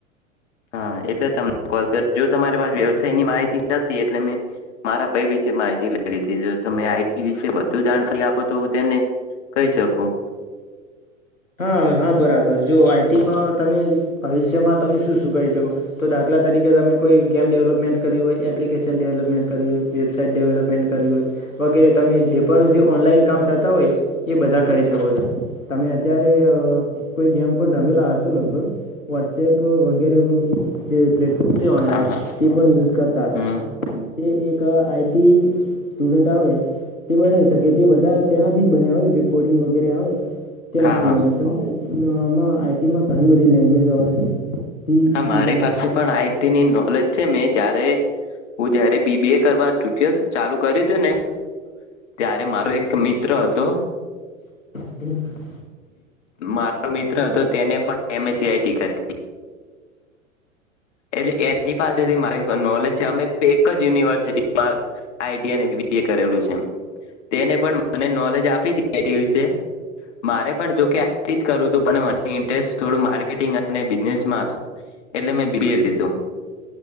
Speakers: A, on the left (about 60°); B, on the left (about 90°).
A: હા એટલે તમને કોલ કર જો તમારી પાસે વ્યવસાય ની માહિતી નથી એટલે મેં મારા ભાઈ વિશે માહિતી લઈ લીધી જો તમે આઈટી વિશે વધુ જાણકારી આપો તો હું તેને કહી શકું
B: હા હા બરાબર જો આઈટીમાં તમે ભવિષ્યમાં તમે શું શું ક શકો તો દાખલા તરીકે તમે કોઈ ગેમ ડેવલપમેન્ટ કર હોય એપ્લિકેશન ડેલપમેન્ટ કરવી વેબસા સ ડેવલપમેન્ટ હોય વગેરે તમે જે પણ ઓનલાઈન કામ થતા હોય એ બધા કરી શકો છો તમે અત્યારે કોઈ ગેમ પણ રમેલા હસો લગભગ વોટ્સએપ વગેરે જે પ્લેટફોર્મ્ છે ઓનલાઈન
A: હા હા
B: તે પણ યુઝ કરતાો
A: હમ
B: તે એક આઈટી સ્ટુડન્ટ આવે તે બનાવી શકે તે બધા તેનાથી જ બને્યા હોય રેકોર્ડિંગ વગેરે આવે તેનાથી
A: હા હા
B: બને સમજાયને આઈટીમાં ઘણી બધી લેંગ્વેજો આવે છે સી
A: હા મારી
B: સી પ્લસ
A: પાસે
B: પ્લસ
A: પણ આઈટીની નોલેજ છે મે જ્યારે હું જયારે બીબી એ કરવા છું ચાલુ કર્યું તું ને ત્યારે મારો એક મિત્ર હતો.
B: <inaudible>
A: મારો મિત્ર હતો તેને પણ એ સીઆઈટી કર એટલે એની પાસેથી મારી નોલેજ છે અમે એક જ યુનિવર્સિટીમાં આટી અને બી એ કરેલું છે તેને પણ મ નોલેજ આપી વિશે મારે પણ જોકે કરુંું મ ઇન્ટરેસ્ટ થોડું માર્કેટંગ અને બિઝનેસમાં હતું એટલે મે બ બી એ દી તોું